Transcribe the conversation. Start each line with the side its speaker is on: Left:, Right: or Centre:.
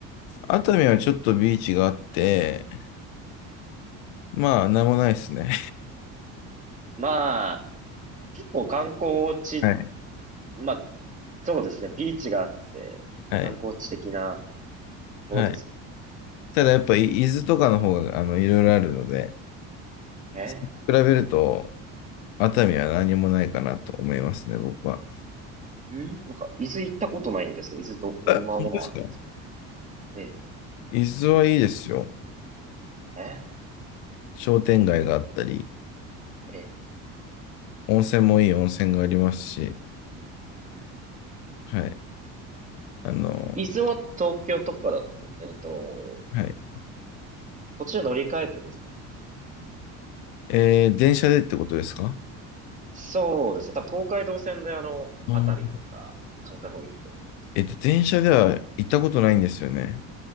Right: 行かれたって。
Left: 熱海はちょっとビーチがあって、
Right: ええ
Left: まあ、なんもないですね。
Right: まあ、結構観光地、
Left: <laughs> はい。
Right: まあ、そうですね。ビーチがあって、
Left: はい。
Right: 観光地的なところですよね。
Left: はい。ただやっぱり伊豆とかの方が、あの、いろいろあるので、
Right: え
Left: 比べると、熱海は何もないかなと思いますね、僕は。
Right: え、うんなんか、伊豆行ったことないんですけど、伊豆ど、どんなものあるんですか
Left: あ、本当ですか
Right: ええ、
Left: 伊豆はいいですよ。
Right: え
Left: 商店街があったり、
Right: え、ええ。
Left: 温泉もいい温泉がありますし、
Right: うん
Left: はい。あの、
Right: 伊豆は東京とかだと、えっと、
Left: はい。
Right: 途中乗り換えてですか
Left: えー、電車でってことですか
Right: そうですね。多分東海道線であの、
Left: うん。
Right: 熱海とか、鹿児島の方行くと思うんですけど。
Left: えっと、電車では行ったことないんですよね。